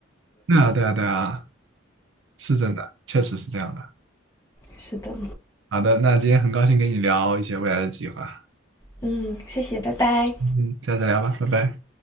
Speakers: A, on the right; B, on the left.
A: 对啊对啊对啊，是真的，确实是这样的。
B: 是的，
A: 好的，那今天很高兴跟你聊一些未来的计划，
B: 嗯，谢谢，拜拜。
A: 嗯，下次聊吧，拜拜。